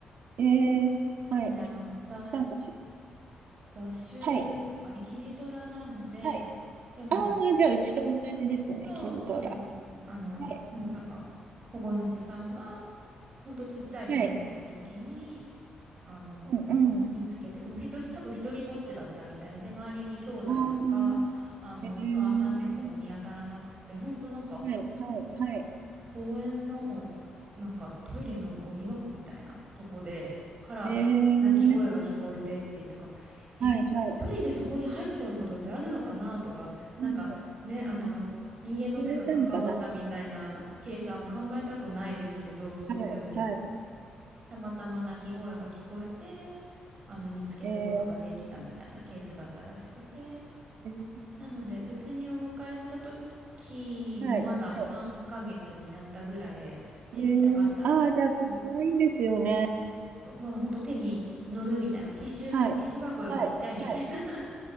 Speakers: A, on the right; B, on the right.
A: えー、
B: なんであの、
A: はい。
B: 雑種、
A: なんかし、
B: 雑種ですかね、
A: はい、
B: キジトラなので、
A: はい。
B: でも、
A: ああ、じゃあ、うちと同じですね、
B: そう、
A: キジドラ。
B: そうですね。あの、
A: はい、
B: もうなんか、保護主さんが、ほんとちっちゃい子猫の時に、
A: はい。
B: あの、
A: うん、
B: 見つけて、もう一人、多分一人ぼっちだったみたいで、周りに兄弟とか、
A: うん。ああ、
B: あの、
A: えー、
B: お母さん猫も見当たらなくて、ほんとなんか、
A: はい、はい、はい。
B: 公園のなんかトイレのゴミ箱みたいなとこでから泣き声が聞こえてって言ったからえ一
A: えー、はい、はい。
B: 人でそこに入っちゃうことってあるのかなとかなんかねあの人間の手が関わったみたいなケースはあんま考えたくないですけどそうでも
A: うん。何言われたのかな、うんはい、はい。
B: たまたま泣き声が聞こえてあの見つけることができたみたいなケースだったらしくて
A: えー、えー、
B: なので、うちにお迎えした時もまだ3ヶ月になったぐらいでちっちゃかったんですけど、
A: はい、はい。えー、ああ、じゃあ、かわいいですよね。
B: うんまだほんと手に乗るみたいな、ティッシュ、
A: はい、
B: ティッシュ箱よりちっちゃいみたいな
A: はい、はい。
B: <laughs>